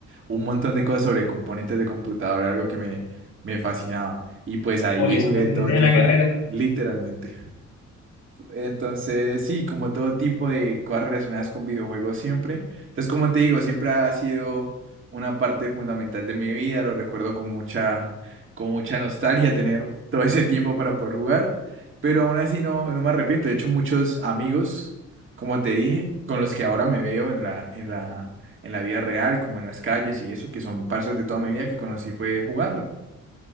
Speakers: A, on the right; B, on the left.
A: un montón de cosas sobre componentes de computador, era algo que me, me fascinaba. Y pues ahí
B: Por eso
A: jugué
B: te metiste
A: todo tipo
B: en la carrera.
A: de, literalmente. Entonces, sí, como todo tipo de cosas relacionadas con videojuegos siempre. Entonces, como te digo, siempre ha sido una parte fundamental de mi vida. Lo recuerdo con mucha, con mucha nostalgia tener todo ese tiempo para poder jugar. Pero aún así no, no me arrepiento. De hecho, muchos amigos, como te dije, con los que ahora me veo en la, en la, en la vida real, como en las calles y eso, que son partes de toda mi vida que conocí fue jugando.